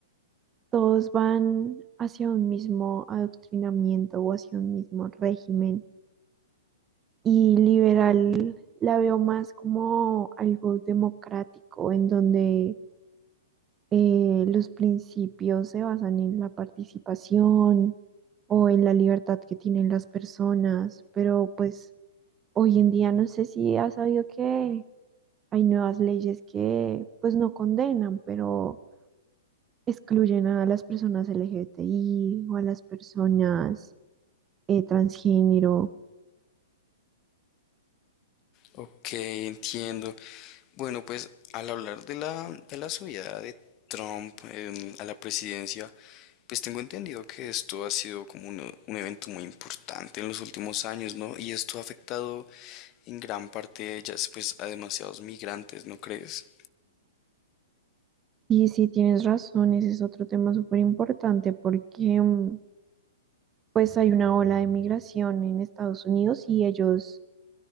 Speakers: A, on the right; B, on the left.
A: todos van hacia un mismo adoctrinamiento o hacia un mismo régimen Y liberal la veo más como algo democrático, en donde eh, los principios se basan en la participación o en la libertad que tienen las personas. Pero pues hoy en día no sé si has sabido que hay nuevas leyes que pues no condenan, pero excluyen a las personas LGBTI o a las personas eh, transgénero.
B: Ok, entiendo. Bueno, pues al hablar de la, de la subida de Trump em, a la presidencia, pues tengo entendido que esto ha sido como uno- un evento muy importante en los últimos años, ¿no? Y esto ha afectado en gran parte, ya, pues, a demasiados migrantes, ¿no crees?
A: Y sí, tienes razón, ese es otro tema súper importante porque mm, pues hay una ola de migración en Estados Unidos y ellos